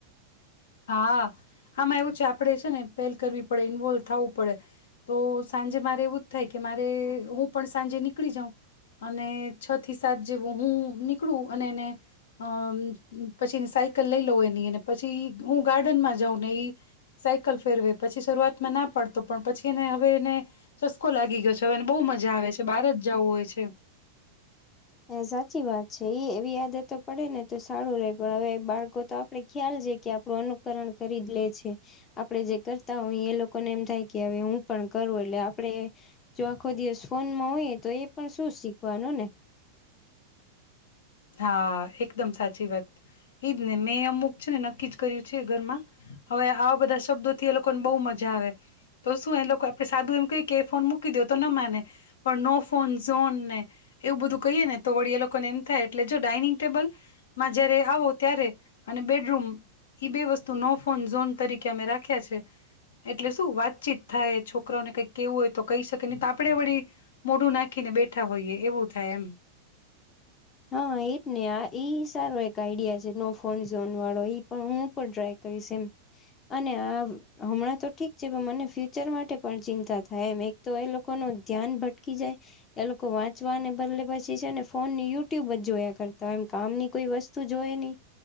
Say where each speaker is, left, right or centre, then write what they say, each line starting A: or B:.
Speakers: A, on the left; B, on the left.
A: હા આમાં એવું છે આપણે છે ને પહેલ કરવી પડે ઈન્વોલ્વ થવું પડે તો સાંજે મારે એવું જ થાય કે મારે હું પણ સાંજે નીકળી જાઉં અને છ થી સાત જેવો હું નીકળું અને એને અમ પછી સાયકલ લઈ લઉં એની અન પછી હું ગાર્ડનમાં જાઉંને ઈ સાયકલ ફેરવે પછી શરૂઆતમાં ના પડતો પણ પછી એને હવે એને ચસ્કો લાગી ગયો છે હવેને બહુ મજા આવે છે બહાર જ જવું હોય છે.
B: હ સાચી વાત છે એ એવી આદતો પડેને તો સારું રહે પણ હવે બાળકો તો આપડ ખ્યાલ છે કે આપણું અનુકરણ કરી જ લે છે આપડે જે કરતા હોઈ એ લોકોને એમ થાય કે હવે હું પણ કરું એટલે આપણે જો આખો દિવસ ફોનમાં હોઈએ એ તો એ પણ શું શીખવાનું ને.
A: હા એકદમ સાચી વાત ઈજ ને મેં અમુક છે ને નક્કી જ કર્યું છે ઘરમાં હવે હાવ બધા શબ્દોથી એ લોકોને બહુ મજા આવે તો શું એ લોકો આપણે સાદું એમ કહી કે એ ફોન મૂકી દો તો ન માને પણ નો ફોન ઝોન ને એવું બધું કહીએ ને તો વળી એ લોકોને એમ થાય એટલે જો ડાઇનિંગ ટેબલ માં જયારે આવો ત્યારે અને બેડરૂમ ઈ બે વસ્તુ નો ફોન ઝોન તરીકે અમે રાખ્યા છે એટલે શું વાતચીત થાય છોકરાને કંઈક કેવું હોય તો કહી શકે ન તો આપડે વળી મોઢું નાખીને બેઠા હોઈએ એવું થાય એમ.
B: હા એજ ને આ ઈ સારો એક આઈડિયા છે નો ફોન ઝોન વાળો પણ હું પણ ટ્રાય કરીશ એમ અને આ હમણાં તો ઠીક છે પણ મને ફ્યુચર માટે પણ ચિંતા થાય એમ એક તો એ લોકો નું ધ્યાન ભટકી જાય એ લોકો વાંચવાને બદલે પછી છે ને ફોનની યુ ટ્યુબ જ જોયા કરતા હોય એમ કામ ની કોઈ વસ્તુ જોઈ નહી